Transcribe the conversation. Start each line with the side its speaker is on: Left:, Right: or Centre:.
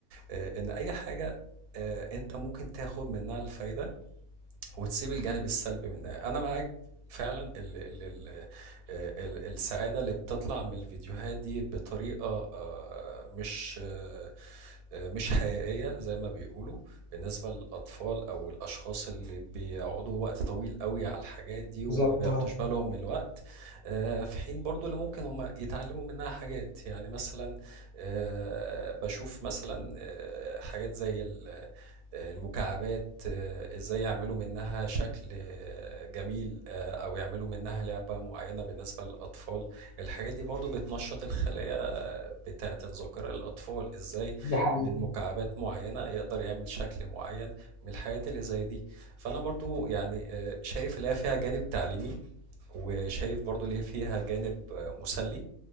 Right: آه، ان اي حاجة آه، انت ممكن تاخد منها الفايدة وتسيب الجانب السلبي منها انا معاك فعلا ال ال ال ال السعادة اللي بتطلع من الفيديوهات دي بطريقة آه، مش آه، آه، مش حقيقية زي ما بيقولوا بالنسبة للأطفال أو الأشخاص اللي بيقعدوا وقت طويل قوي على الحاجات دي وما
Left: بالظبط
Right: بياخدوش
Left: اه
Right: بالهم من الوقت آه، في حين برضو اللي ممكن هم يتعلموا منها حاجات يعني مثلا آه، بشوف مثلا آه، حاجات زي ال المكعبات آه، ازاي يعملوا منها شكل آه، جميل آه، او يعملوا منها لعبة معينة بالنسبة للاطفال الحاجات دي برضو بتنشط الخلايا آه، بتاعة الذاكرة للاطفال ازاي
Left: دي حقيقة
Right: من مكعبات معينة يقدر يعمل شكل معين من الحاجات اللي زي دي فانا برضو يعني آه، شايف ليها فيها جانب تعليمي وشايف برضو ليه فيها جانب آه، مسلي